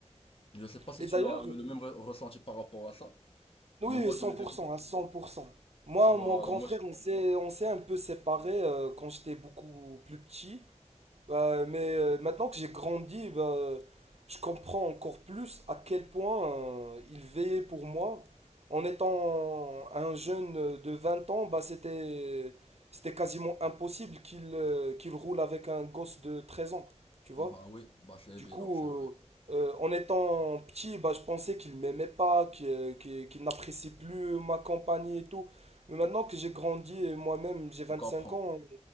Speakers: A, on the left (about 55°); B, on the right (about 65°).
A: Je sais pas si
B: Et
A: tu
B: d'ailleurs,
A: as eu le même re- ressenti par rapport à ça,
B: Oui,
A: mais moi
B: cent
A: je l'ai
B: pour
A: vécu.
B: cent, à 100%. Moi,
A: Voilà,
B: mon grand
A: moi
B: frère, on s'est, on s'est un peu séparés euh, quand j'étais beaucoup plus petit. Euh, mais euh, maintenant que j'ai grandi, bah, je comprends encore plus à quel point euh, il veillait pour moi. En étant un jeune de 20 ans, bah, c'était, c'était quasiment impossible qu'il euh, qu'il roule avec un gosse de 13 ans, tu vois?
A: Bah oui, bah c'est
B: Du
A: évident,
B: coup,
A: c'est vrai.
B: euh, euh, en étant petit, bah, je pensais qu'il m'aimait pas, qu'il euh, qu'il- qu'il n'apprécie plus ma compagnie et tout. Mais maintenant que j'ai grandi et moi-même, j'ai vingt-cinq
A: Je comprends.
B: ans,